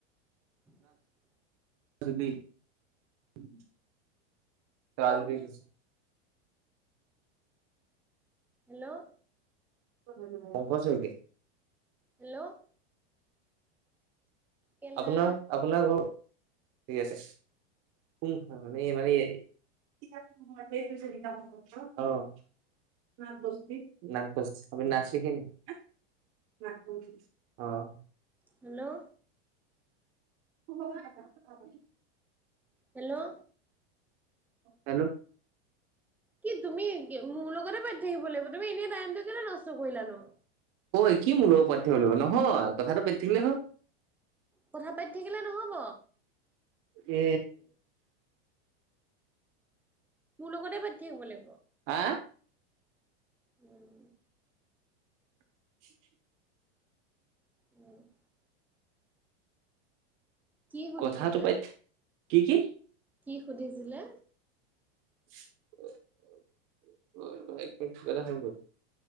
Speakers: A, in the centre; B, on the right.
A: <inaudible>
B: <unintelligible> ত <unintelligible>
A: হেল্ল'
B: <unintelligible> অপচকে
A: হেল্ল' কেলা
B: আপোনাক আপোনাক ঠিক আছে <unintelligible> <unintelligible> <unintelligible> <unintelligible>
A: হেল্ল'
B: ব <unintelligible>
A: হেল্ল'
B: হেল্ল'
A: কি তুমি মোৰ লগতে পাতি থাকিব লাগিব তুমি এনেই টাইমটো কেলে নষ্ট কৰিলা নো
B: অঐ কি মোৰ লগত পাতিব লাগিব নহয় কথাটো পেটিকেলহে হয়
A: কথা পাতি থাকিলে নহব
B: এ
A: মোৰ লগতে পাতিথাকিব লাগিব
B: হা
A: উম
B: উ <unintelligible>
A: উম <unintelligible> কি সুধিছিলিলে
B: কথাটো পাতি কি কি
A: কি সুধিছিলে
B: <unintelligible>